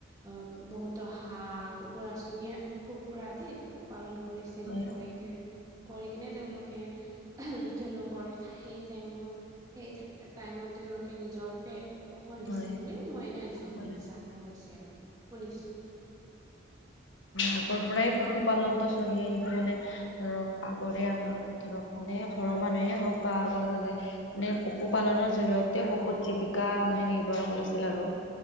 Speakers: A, on the right; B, on the left.
A: অ বহুতো হাঁহ কুকুৰা চনিয়া কুকুৰা আদি। পশুপালন কৰিছিল,
B: হয়,
A: কৰি কে কৰি কিনে তেওঁলোকে উ তেওঁলোকৰ সেই টাইমত সেই টাইমত তেওঁলোকে নিজৰ পেট পোষণ দিছিল
B: হয়,
A: বুলি মই নাই জ
B: হয়,
A: জানা গৈছে আৰু। শুনিছোঁ।
B: আগৰ পৰাই পশুপালনটো চলি আহিছে, মানে ধৰক আগৰে আমাৰ ধৰক মানে ঘৰৰ মানুহে হওঁক বা আগৰ মানুহে মানে পশুপালনৰ জৰিয়তে বহুত জীৱিকা মানে নিৰ্ভৰ কৰিছিল আৰু।